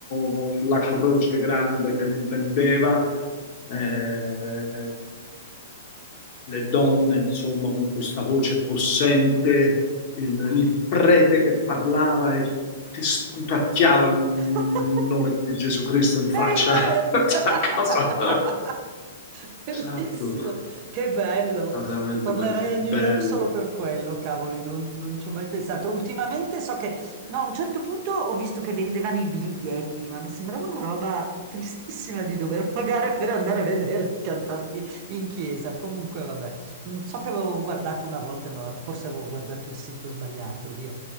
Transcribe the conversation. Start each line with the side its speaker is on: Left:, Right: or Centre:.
Left: con la croce grande che gli pendeva. Eh, le donne, insomma, con questa voce possente,
Right: non lo so.
Left: il, il prete che parlava e ti sputacchiava mm,
Right: <laughs>
Left: il nome di Gesù Cristo in faccia.
Right: Amen!
Left: <laughs> Cioè,
Right: <laughs>
Left: cosa-
Right: <laughs> Bellissimo,
Left: Esatto, è
Right: che bello.
Left: stato veramente
Right: Tornerei
Left: bello.
Right: a
Left: Bello.
Right: New York solo per quello, cavoli, non, non ci ho mai pensato. Ultimamente so che, no, a un certo punto ho visto che vendevano i biglietti, ma mi sembrava una roba tristissima di dover pagare per andare a vedere i cantanti in chiesa. Comunque, vabbè, Mm, so che avevo guardato una volta, ma forse avevo guardato il sito sbagliato, via.